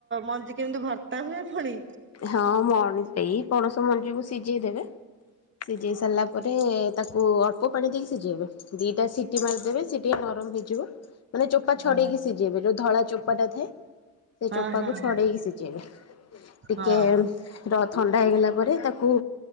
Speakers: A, on the right (about 30°); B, on the left (about 40°).
A: ମଞ୍ଜି କେମିତି ଭର୍ତା ତା ହୁଏ ଫୁଣି
B: ହଁ ମଣି ଏଇ ପଣସ ମଞ୍ଜିକୁ ସିଝେଇ ଦେବେ ସିଝେଇ ସାରିଲା ପରେ ତାକୁ ଅଳ୍ପ ପାଣି ଦେଇକି ସିଝେଇବେ ଦିଟା ସିଟି ମାରିଦେବେ ସିଏ ଟିକେ ନରମ ହେଇଯିବ ମାନେ ଚୋପା
A: ହଁ
B: ଛଡେଇକି ସିଝେଇବେ ଯୋଉ ଧଳା ଚୋପାଟା ଥାଏ ସେ
A: ହଁ
B: ଚୋପାକୁ
A: ହଁ
B: ଛଡେଇକି
A: ହଁ
B: ସିଝେଇବେ। ଟିକେ
A: ହଁ
B: ର ଥଣ୍ଡା ହେଇଗଲା ତାପରେ ତାକୁ